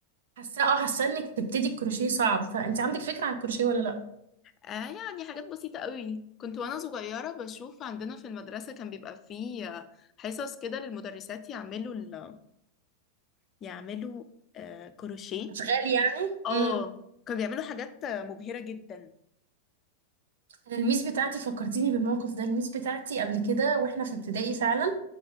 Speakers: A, on the right; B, on the left.
A: حاسه اه حاسه انك تبتدي الكروشيه صعب فانت عندك فكره عن الكروشيه ولا لا
B: آه يعني حاجات بسيطة قوي كنت وانا صغيرة بشوف عندنا في المدرسة كان بيبقى فيه آه، حصص كده للمدرسات يعملوا ال... يعملوا آه كروشيه
A: اشغال يعني
B: اه
A: امم
B: كانوا بيعملوا حاجات آه، مبهرة جدا
A: انا الميس بتاعتي فكرتيني بالموقف ده الميس بتاعتي قبل كده واحنا في ابتدائي فعلا